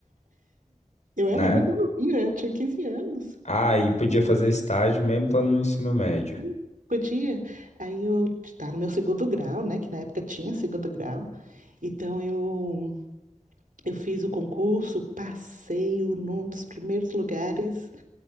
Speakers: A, on the right (about 80°); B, on the left (about 60°).
A: Eu era
B: Na
A: muito
B: época?
A: novinha, eu tinha 15 anos.
B: Ah, e podia fazer estágio mesmo estando no ensino médio.
A: Hum, Podia. Aí eu estava no meu segundo grau, né? Que na época tinha segundo grau. Então eu, eu fiz o concurso, passei o- num dos primeiros lugares.